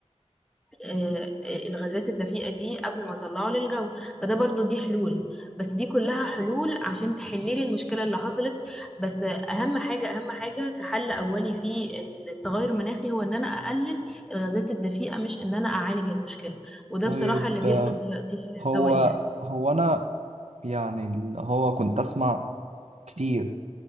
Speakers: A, in the centre; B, on the right (about 70°).
A: آه، الغازات الدفيئة دي قبل ما اطلعه للجو فده برضو دي حلول بس دي كلها حلول عشان تحللي المشكلة اللي حصلت بس اهم حاجة اهم حاجة كحل اولي في التغير المناخي هو ان انا اقلل الغازات الدفيئة مش ان انا اعالج المشكلة وده
B: طيب
A: بصراحة اللي بيحصل دلوقتي في
B: هو
A: الدول يعني
B: هو انا يعني اللي هو كنت اسمع كتير